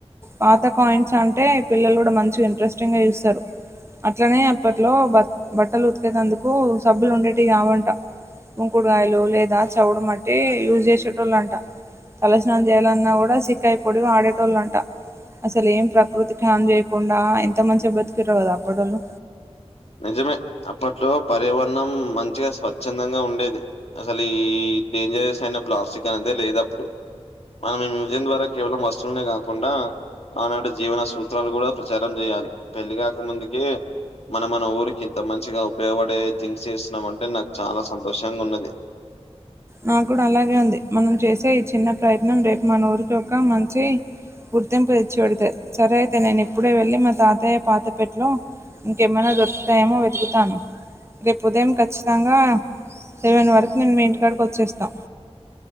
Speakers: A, on the right; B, on the left.
A: పాత కాయింట్స్ అంటే పిల్లల్ గుడా మంచిగ ఇంట్రెస్టింగ చూస్తరు. అట్లనే అప్పట్లో బ బట్టల్ ఉతికేతందుకు సబ్బులుండేటియి కావంట కుంకుడుగాయలు లేదా చవుడు మట్టి యూజ్ చేసేటోలంట తలస్నానం చేయాలన్నా గుడ ఉసిరి కాయ్ పొడి వాడేటోల్లంటా అసల్ ఏం ప్రకృతికి హాన్ చేయకుండా ఎంత మంచిగ బతుకేటోరో కదా అప్పటోళ్ళు
B: నిజమే అప్పట్లో పర్యావరణం మంచిగ స్వచ్ఛందంగా ఉండేది అసలీ ఈ డేంజరయస్ అయిన ప్లాస్టిక్ అనేదే లేదప్పుడు మనం ఈ మ్యూజియం ద్వారా కేవలం వస్తుల్నే కాకుండా ఆనాటి జీవన సూత్రాలు కూడా ప్రచారం చేయాలి పెళ్లి కాక ముందుకే మనం మన ఊరికి ఇంత మంచిగా ఉపయోగపడే థింగ్స్ చేస్తున్నాం అంటే నాక్ చాలా సంతోషంగా ఉన్నది.
A: నాక్ కూడా అలాగే ఉంది మనం చేసే ఈ చిన్న ప్రయత్నం రేప్ మన ఊరికొక మంచి గుర్తింపు తెచ్చి పెడ్తే సరే అయితే నేన్ ఇప్పుడే వెళ్ళి మా తాతయ్య పాత పెట్లో ఇంకేమైనా దొరుకుతాయేమో వెతుకుతాను రేప్ ఉదయం ఖచ్చితంగా లెవెన్ వరకు నేన్ మీ ఇంటికాడికొచ్చేస్తా.